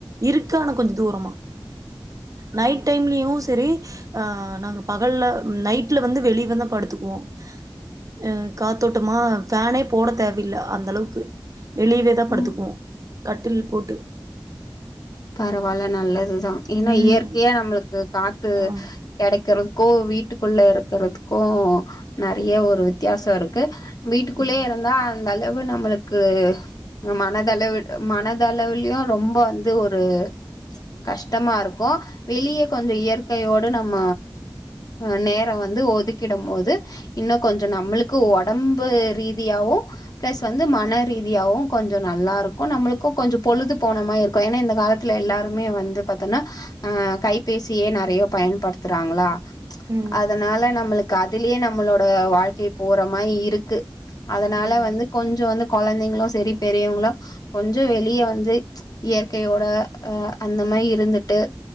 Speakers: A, on the right; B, on the left.
A: இருக்கு ஆனா கொஞ்சம் தூரமா நைட் டைம்லயும் சரி ஆ நாங்க பகல்லல நைட்ல வந்து வெளிய தான் படுத்துக்குவோம் அ காத்தோட்டு மா பேனே போட தேவையில்லை அந்த அளவுக்கு க்கு வெளியவே தான் படுத்துக்குவோம்
B: ம்
A: கட்டில் போட்டு
B: பரவால்ல நல்லதுதான் ஏன்னா
A: ம்
B: இயற்கையா நம்மளுக்கு காத்து
A: ஆமா
B: கடைக்கனும் கோ வீட்டுக்குள்ள இருக்கிறதுக்கும் நறைய ஒரு வித்தியாசம் இருக்கு வீட்டுக்குள்ளே
A: ம்
B: இருந்தா அந்தளவு நம்மளுக்கு மனதளவு மனதளவுலயு ரொம்ப வந் இது ஒரு கஷ்டமா இருக்கோம் வெளிய கொஞ்சோ இயற் கையோட நம்ம ஆ நேரம் வந்து ஒதுக் கிடம்போது இன்னு கொஞ்சோ நம்மளுக்கு ஒடம்பு ரீதியாவும் ப்ளஸ் வந்து மன ரீதியாவும் கொஞ்சோ நல்லா இருக்கும் நம்மளுக்கும் கொஞ்சோ பொழுது போன மாய் இரு க்கு ஏனா இந்த காலத்துல எல்லாருமே வந்து பாத்தன்னா அ கைபேசியே நறைய பயன்படுத்துறாங்களா
A: ம்
B: அதனால நம்மளுக் அதுலயே நம்பளோட வாழ்க்கை போறமா இருக்கு அதனால
A: ம்
B: வந்து கொஞ்சோ வந்து கொழந்தைங்களு செரி பெரியவங்களோ கொஞ்சோ வெளிய வந்து இயற்கையோட அ அந்த மார் இருந்துட்டு